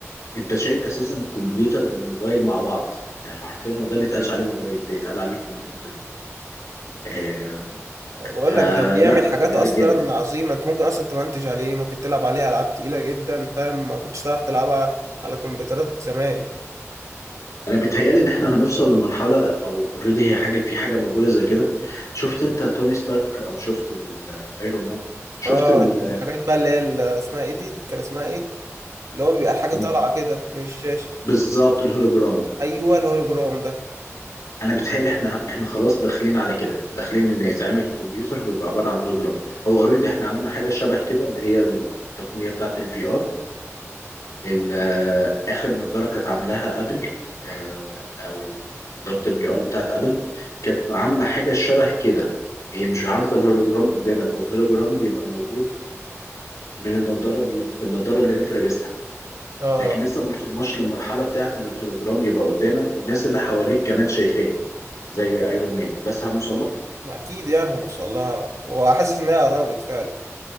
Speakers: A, on the left; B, on the right.
A: أنت شايل أساسا كمبيوتر بموبايل مع بعض يعني عارفين هو ده ما يتقالش عليه موبايل ده يتقال عليه كمبيوتر آه،
B: ما بقول
A: فلا
B: لك ده بيعمل حاجات
A: غيرت
B: اصلا
A: جامد
B: عظيمة انت ممكن اصلا تمنتج عليه ممكن تلعب عليه العاب تقيلة جدا فاهم ما كنتش تعرف تلعبها على كمبيوترات زمان
A: انا بيتهيالي ان احنا هنوصل لمرحله او اوريدي هي حاجه في حاجه موجوده زي كده شفت انت توني ستارك او شفت الايرون مان شفت
B: اه
A: ال
B: الحاجات بقى اللي هي ال- اسمها ايه دي كان اسمها ايه اللي هو بيبقى الحاجة
A: الكم-
B: طالعة كده من الشاشة
A: بالظبط الهولوجرام
B: أيوه الهولوجرام ده
A: انا بيتهيالي احنا احنا خلاص داخلين على كده داخلين ان يتعمل الكمبيوتر ويبقى عباره عن هولوجرام هو اوريدي احنا عملنا حاجه شبه كده اللي هي التقنيه بتاعه الفي ار ال- آه، اخر نضاره كانت عاملاها ابل آه، او نضاره الفي ار بتاعت ابل كانت عامله حاجه شبه كده هي مش عارضه الهولوجرام قدامك هو الهولوجرام بيبقى موجود من النضاره بال- بالنضاره اللي انت لابسها
B: اه
A: لكن لسه ما وصلناش للمرحله بتاعت ان الهولوجرام يبقى قدامك والناس اللي حواليك كمان شايفاه زي ايرون مان بس هنوصل لها
B: ما أكيد يعني هنوصل لها وحاسس إن هي قربت فعلا